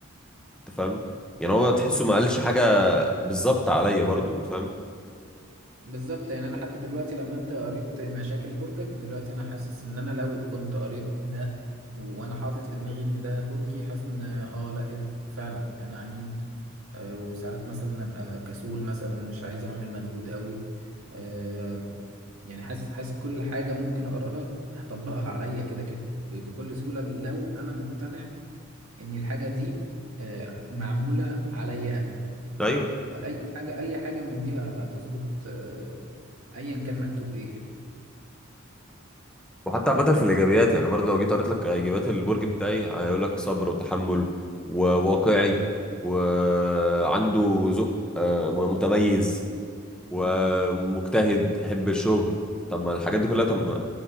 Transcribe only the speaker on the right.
بالظبط يعني انا حتى دلوقتي لما انت قريت مشاكل برجك دلوقتي انا حاسس ان انا لو كنت قريت ده وانا حاطط في دماغي ان ده برجي حاسس ان اه لا ايه ده فعلا انا عنيد آه، وساعات مثلا ابقى كسول مثلا مش عايز اعمل مجهود قوي آه، يعني حاسس حاسس كل حاجة ممكن أقراها هطبقها عليا كده كده ب- بكل سهولة لو أنا مقتنع إن الحاجة دي آه، معمولة عليا أنا
فأي حاجة أي حاجة من دي ه- هتظبط آه، أيا كان مكتوب إيه يعني